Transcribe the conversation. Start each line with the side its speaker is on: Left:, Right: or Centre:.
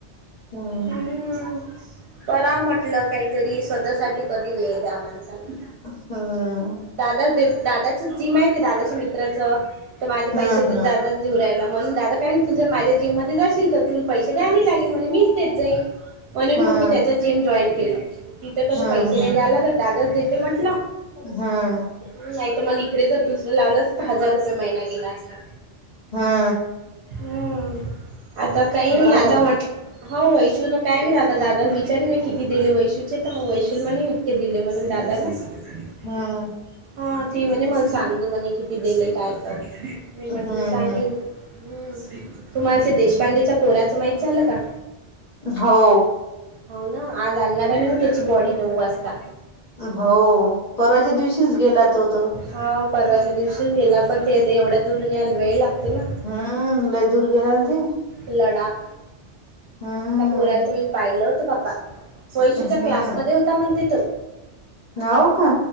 Left: हम्म
Right: हं, करावं म्हटलं, काहीतरी स्वतःसाठी. कधी वेळ द्या माणसाला!
Left: हं
Right: दादाच दादाचच जिम आहे ते, दादाच्या मित्राचं. तर माझे
Left: हम्म
Right: पैसे तर दादा धुनरायला म्हणून दादा काय तू जर माझ्या जिम मध्ये जाशील तर तुला पैसे द्याने लागेल, म्हणे मीच देत जाईन म्हणून
Left: हम्म
Right: मग मी त्याचंच जिम जॉईन केलं. तिथं कसे
Left: हम्म
Right: पैसे नाही द्यायला लागणार, तर दादाच देते म्हटलं.
Left: हं
Right: नाहीतर, मला इकडे जर दुसरं लावलं असतं, तर हजार रुपये महिना गेला असता.
Left: हा
Right: हम्म आता काही नाही, आता
Left: आहे
Right: म्हट हा वैशू, काय नाही, दादाला विचारण मी किती दिले वैशूचे? तर मग वैशूल म्हणे, इतके दिले म्हणून दादांना <unintelligible>
Left: हं
Right: हा, ती म्हणे, मला सांगजो, म्हणे किती दिले काय? तर मी म्हटलं,
Left: हम्म
Right: सांगेन. हं तुम्हाला ते देशपांडेच्या
Left: हम्म
Right: पोराचं माहित झालं का?
Left: हो
Right: हो ना, आज आणणार आहे मी ना त्याची बॉडी, नऊ वाजता.
Left: हो, परवाच्या दिवशीच गेला तो तर
Right: हा, परवाच्या दिवशीच गेला, पण ते येत, एवढ्या दुरून यायला वेळ लागते ना.
Left: हं, लय दूर गेला न ते,
Right: लडाख,
Left: हम्म
Right: त्या पोऱ्याला तुम्ही पाहिलं होतं, बाप्पा वैशूच्या
Left: हम्म
Right: क्लासमध्ये होता म्हण तिथ
Left: हो का?